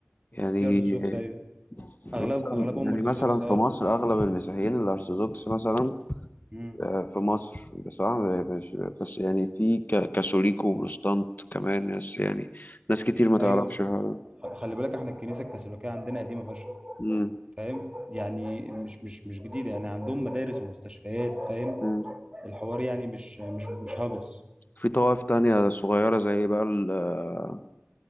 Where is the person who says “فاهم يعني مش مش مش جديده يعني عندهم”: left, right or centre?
Right